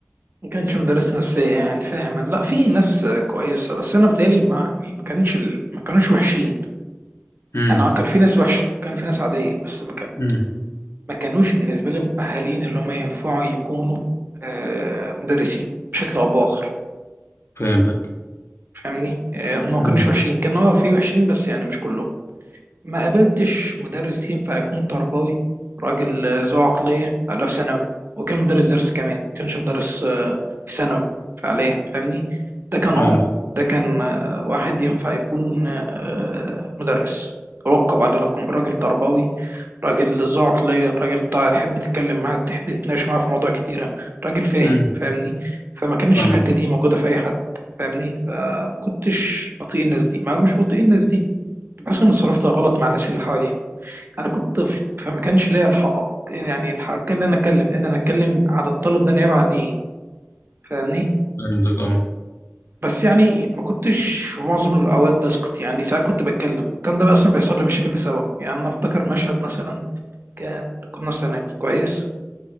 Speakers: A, on the right; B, on the left.
A: كانش مدرس نفسية يعني فاهم لا في ناس كويسة بس انا بتهيألي ما يعني ما كانش ال- ما كانوش وحشين
B: امم
A: يعني آه كان في ناس وحشة كان في ناس عادية بس ما كان
B: امم
A: ما كانوش بالنسبة لي مؤهلين اللي هم ينفعوا يكونوا آه مدرسين بشكل او باخر
B: فهمتك
A: فاهمني آه هم ما
B: امم
A: كانوش وحشين كانوا اه في وحشين بس يعني مش كلهم ما قابلتش مدرس ينفع يكون تربوي راجل ذو عقلية لا في ثانوي وكان مدرس درس كمان ما كانش مدرس آه، في ثانوي فعليا فاهمني ده كان
B: فهمتك
A: اه ده كان آه، واحد ينفع يكون آه، مدرس رقب على لكم راجل تربوي راجل ذو عقلية راجل تع- تحب تتكلم معاه تحب تتناقش معاه في مواضيع كتيرة راجل فاهم
B: امم
A: فاهمني فما كانتش
B: فهمتك
A: الحتة دي موجودة في أي حد فاهمني فما كنتش بطيء الناس دي ما مش بطيء الناس دي بحس اني اتصرفت غلط مع الناس اللي حواليا انا كنت طفل فما كانش ليا الحق يعني الحق ان انا اتكلم ان انا اتكلم على الطلب ده نيابه عن ايه فاهمني
B: فهمتك اه
A: بس يعني ما كنتش في معظم الاوقات بسكت يعني ساعات كنت بتكلم وكان ده بقى اصلا بيحصل لي مشاكل بسبب يعني انا افتكر مشهد مثلا كان كنا في ثانوي كويس